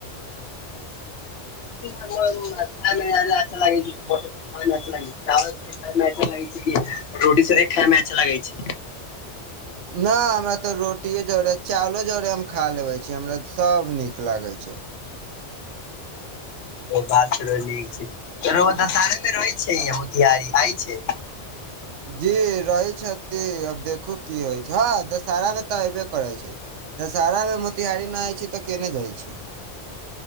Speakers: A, on the left; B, on the right.
A: <unintelligible> अच्छा लागै। <unintelligible> रोटी संगे खायमे अच्छा लगै छै
B: न हमरा ते रोटीये जड़े चावलो जरे हम खा लेबे छी हमरा त सब नीक लागे छै
A: ओ बात तोरो नीक छै रउआ दशहरे मे रहै छै य मोतिहारी आइ छै
B: जी रहै छथि अब देखू की होइ छै हँ दशहरा मे तऽ अयबे करै छै दशहरा मे मोतिहारी ना होइ छै तऽ केने जाइ छै